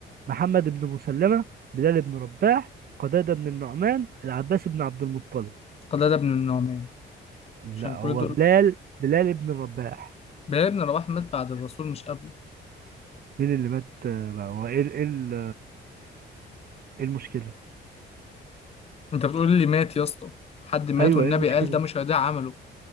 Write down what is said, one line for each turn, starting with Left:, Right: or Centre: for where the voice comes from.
Right: محمد بن مسلمة بلال بن رباح قتادة بن النعمان العباس بن عبد المطلب
Left: قتادة بن النعمان
Right: لا
Left: عشان
Right: هو
Left: كل دول
Right: بلال بلال بن رباح
Left: بلال بن رباح مات بعد الرسول مش قبله
Right: مين اللي مات آه، هو ايه ال- ايه ال- ايه المشكلة
Left: انت بتقول لي مات يا اسطى حد مات
Right: ايوه
Left: والنبي
Right: ايه المشكلة
Left: قال ده مش هيضيع عمله